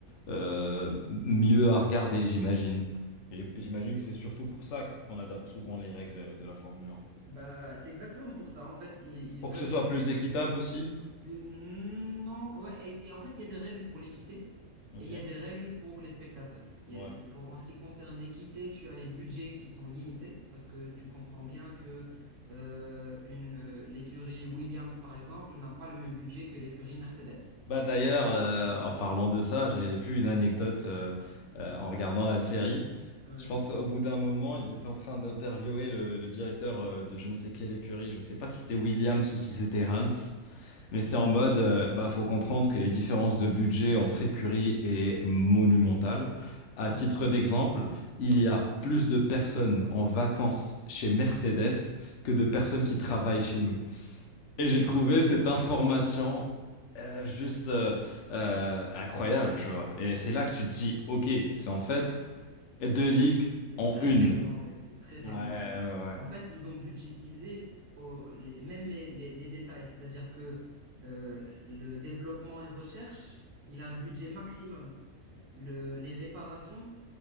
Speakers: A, on the left; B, on the right.
A: euh, mieux à regarder, j'imagine. Et J'imagine que c'est surtout pour ça qu'on adapte souvent les règles euh, de la Formule 1.
B: Bah, c'est exactement pour ça. En fait, ils, ils
A: Pour
B: veulent,
A: que ce soit plus
B: ils,
A: équitable aussi.
B: Plus- hmm, non, ouais, et, et en fait, il y a des règles pour l'équité
A: Ok,
B: et il y a des règles pour les spectateurs. Il
A: ouais.
B: y a le- pour, en ce qui concerne l'équité, tu as les budgets qui sont limités parce que tu comprends bien que euh, une, euh, l'écurie Williams, par exemple, n'a pas le même budget que l'écurie Mercedes.
A: Bah d'ailleurs, euh, en parlant de ça, j'avais vu une anecdote euh, euh, en regardant la série.
B: Ouais.
A: Je pense au bout d'un moment, ils étaient en train d'interviewer le, le directeur euh, de je ne sais quelle écurie. Je ne sais pas si c'était Williams ou si c'était Hans, mais c'était en mode, euh, bah faut comprendre que les différences de budget entre écuries est monumentale. À
B: Oui,
A: titre d'exemple, il y a plus de personnes en vacances chez Mercedes que de personnes qui travaillent chez nous. Et
B: effectivement.
A: j'ai trouvé cette information euh, juste euh, euh, incroyable, tu vois. Et c'est là que tu te dis, ok, c'est en fait deux ligues
B: C'est
A: en
B: très
A: une.
B: réglementé, c'est très réglementé.
A: Ouais, ouais,
B: En fait, ils ont budgétisé au- les- même les, les- les détails, c'est-à-dire que euh, le développement et recherche, il a un budget maximum le- les réparations